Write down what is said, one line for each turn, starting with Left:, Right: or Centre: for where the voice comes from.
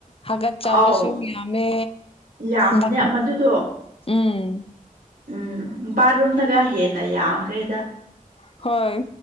Left: ꯍꯥꯒꯠ ꯆꯥꯕꯁꯨ
Right: ꯑꯧ
Left: ꯌꯥꯝꯃꯦ
Right: ꯌꯥꯝꯕꯅꯦ
Left: ꯍ
Right: ꯃꯗꯨꯗꯣ
Left: ꯎꯝ
Right: ꯎꯝ ꯕꯥꯠꯔꯨꯝꯗꯒ ꯍꯦꯟꯅ ꯌꯥꯝꯈ꯭ꯔꯦꯗ
Left: ꯍꯣꯏ